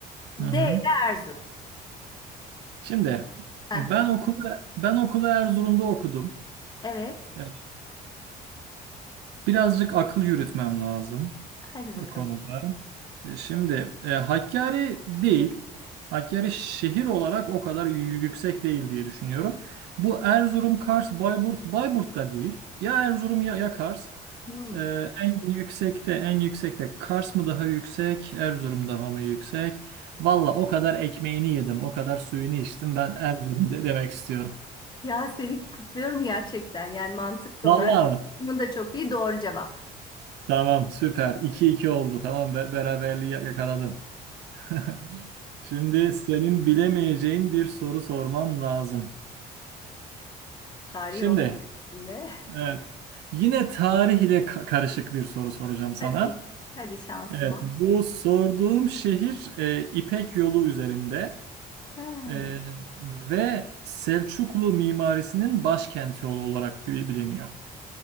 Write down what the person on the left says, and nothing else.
D
de Erzurum.
Heh,
evet.
Hadi
bakalım.
Hmm.
Ya seni kutluyorum gerçekten. Yani mantık olarak
bunun da çok iyi doğru cevap.
Tarih
olmuyor içinde.
<laughs> Hadi, hadi şansıma.
Hmm,